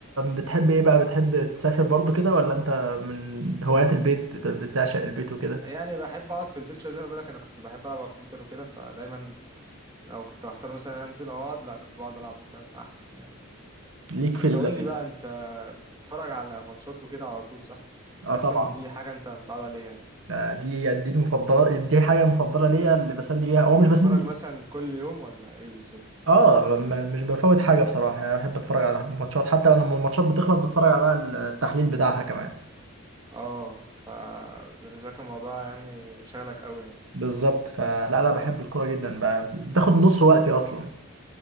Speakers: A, on the right; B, on the right.
A: بتحب ايه بقى بتحب تسافر برضو كده ولا انت من هوايات البيت بت- بتعشق البيت وكده
B: يعني بحب اقعد في البيت شويه زي ما بقول لك انا كنت بحب العب على الكمبيوتر وكده فدايما لو كنت هختار مثلا انزل او اقعد لا كنت بقعد العب فاهم احسن يعني
A: ليك في
B: انت
A: ال...
B: قول لي بقى انت بتتفرج على ماتشات وكده على طول صح حاسس
A: اه طبعا
B: ان دي حاجه انت متعود عليها يعني.
A: آه، دي دي المفضلة دي حاجة مفضلة ليا اللي بسلي بيها هو مش
B: بتتفرج
A: بسلي
B: مثلا كل يوم ولا ايه بالظبط
A: اه م- م- مش بفوت حاجه بصراحه يعني بحب اتفرج على الماتشات حتى لما الماتشات بتخلص بتفرج على بقى التحليل بتاعها كمان
B: اه فبالنسبه لك الموضوع يعني شغلك قوي يعني
A: بالظبط فلا لا بحب الكوره جدا بقى بتاخد نص وقتي اصلا